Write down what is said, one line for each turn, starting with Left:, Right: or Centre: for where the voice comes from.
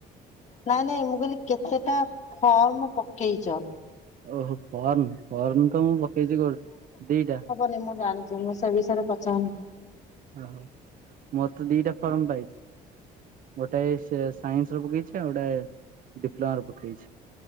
Left: ନାଇଁ ନାଇଁ ମୁଁ କହିଲି କେତେଟା ଫର୍ମ ପକେଇଚ?
Right: ଓ ହୋ ଫର୍ମ ଫର୍ମ ତ ମୁଁ ପକେଇଛି ଗୋ ଦିଟା।
Left: ନି ମୁଁ ଜାଣିଛି ମୁଁ ସେ ବିଷୟରେ ପଚାରେ ନାଁ।
Right: ଓ ହୋ ମୋର ତ ଦିଟା ଫର୍ମ ପାଇଛି। ଗୋଟେଏ ସେ ସାଇନ୍ସ ର ପକେଇଛି ଆଉ ଗୋଟେ ଡିପ୍ଲୋମା ର ପକେଇଛି।